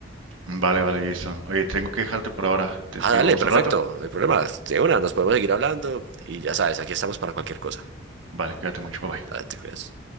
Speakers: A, on the right; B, on the right.
A: Vale, vale, Jason. Oye, tengo que dejarte por ahora. Te
B: Ah,
A: escribo
B: dale,
A: más
B: perfecto,
A: al rato.
B: no hay problema. De una, nos podemos seguir hablando y ya sabes, aquí estamos para cualquier cosa.
A: Vale, cuídate mucho, bye bye.
B: Dale, te cuidas.